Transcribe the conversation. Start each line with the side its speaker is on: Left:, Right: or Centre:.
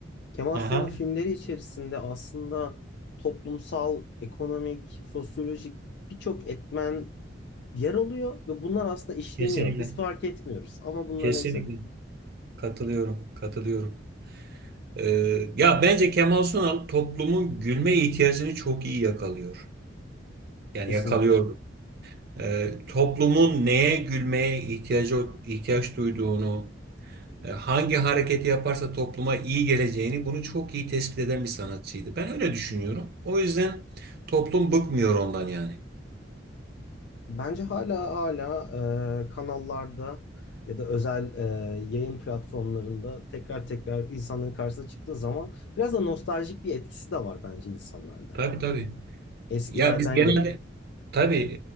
Left: Kemal
Right: Aha,
Left: Sunal'ın filmleri içerisinde aslında toplumsal, ekonomik, sosyolojik birçok etmen yer alıyor ve bunlar aslında işleniyor.
Right: kesinlikle.
Left: Biz fark etmiyoruz ama bunların
Right: Kesinlikle
Left: hepsi
Right: katılıyorum, katılıyorum. Ee, ya bence Kemal Sunal toplumun gülme ihtiyacını çok iyi yakalıyor. Yani
Left: kesinlikle.
Right: yakalıyordu. Ee, toplumun neye gülmeye ihtiyacı ihtiyaç duyduğunu, e, hangi hareketi yaparsa topluma iyi geleceğini bunu çok iyi tespit eden bir sanatçıydı. Ben öyle düşünüyorum. O yüzden toplum bıkmıyor ondan yani.
Left: Bence hala hala e, kanallarda ya da özel e, yayın platformlarında tekrar tekrar insanların karşısına çıktığı zaman biraz da nostaljik bir etkisi de var bence insanlarda.
Right: Tabii tabii.
Left: Eskilerden
Right: Ya biz genelde
Left: gelen.
Right: Tabii